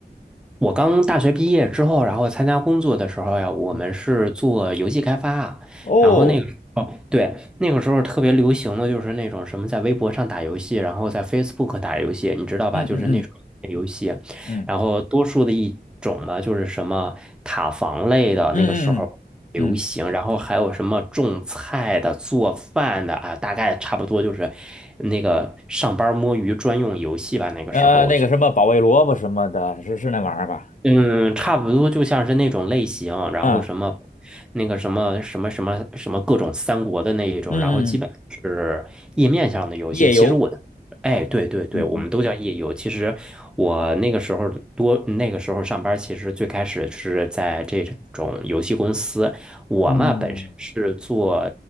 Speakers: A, in the centre; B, on the left.
A: 我刚大学毕业之后，然后参加工作的时候呀，我们是做游戏开发啊，
B: 嗯。哦，
A: 然后那个时候，对，那个时候特别流行的就是那种什么在微博上打游戏，然后在 Facebook 打游戏，你知道吧？
B: 嗯嗯嗯
A: 就是那种游戏，
B: 嗯
A: 然后多数的一种呢，就是什么塔防类的，
B: 嗯嗯嗯，
A: 那个时候。流行，
B: 嗯
A: 然后还有什么种菜的、做饭的啊，大概差不多就是那个上班摸鱼专用游戏吧。那个时候我觉
B: 呃，那个什么保卫萝卜什么的，是是那玩意儿吧？
A: 嗯，差不多就像是那种类型，然后什么，
B: 啊，
A: 那个什么什么什么什么各种三国的那一种，
B: 嗯嗯嗯，
A: 然后基本是页面上的游戏。
B: 夜游，
A: 其实我的，哎，对对对，
B: 嗯嗯
A: 我们都叫页游。其实我那个时候多，那个时候上班，其实最开始是在这种游戏公司。我嘛本身是做
B: 嗯，嗯